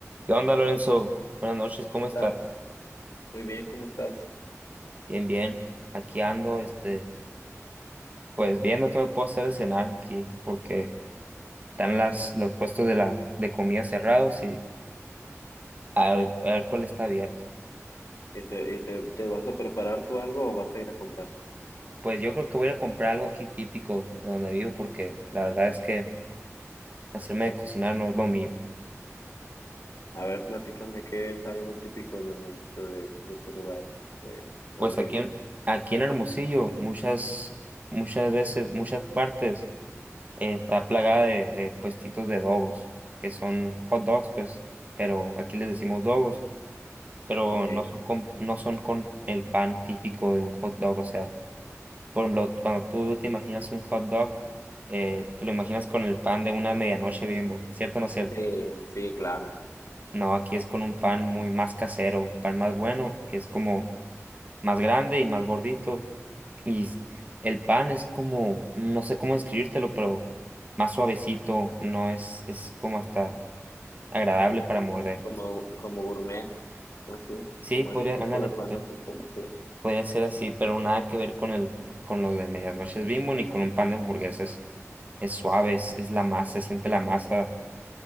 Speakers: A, on the right (about 30°); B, on the left (about 70°).
A: ¿Qué onda, Lorenzo? Buenas noches, ¿cómo
B: ¿Qué
A: estás?
B: tal? Muy bien, ¿cómo estás?
A: Bien, bien. Aquí ando, este, pues viendo qué me puedo hacer de cenar aquí, porque están las, los puestos de la, de comida cerrados y a ver, a ver cuál está abierto.
B: ¿Y te, y te, te vas a preparar tú algo o vas a ir a comprar?
A: Pues yo creo que voy a ir a comprar algo aquí típico de donde vivo, porque la verdad es que hacerme de cocinar no es lo mío.
B: A ver, platícame qué es algo típico de, don- de, de tu lugar, de donde
A: Pues aquí
B: vives.
A: en, aquí en Hermosillo, muchas, muchas veces, muchas partes, eh, está plagada de, de puestitos de dogos, que son hot dogs, pues, pero aquí les decimos dogos pero
B: Ok.
A: no son con, no son con el pan típico de un hot dog. O sea, por ejemplo, cuando tú te imaginas un hot dog, eh, te lo imaginas con el pan de una medianoche Bimbo, ¿cierto o no es cierto?
B: Sí, sí, claro.
A: No, aquí es con un pan muy más casero, un pan más bueno, que es como más grande y más gordito. Y s- el pan es como, no sé cómo describírtelo, pero más suavecito, no es, es como hasta agradable para morder.
B: Como, como gourmet, así,
A: Sí,
B: como
A: podría,
B: ese tipo
A: ándale.
B: de pan, así como así.
A: Podría ser así, pero nada que ver con el, con lo de medianoche es Bimbo ni con un pan de hamburguesas. Es suave, es, es la masa, se siente la masa.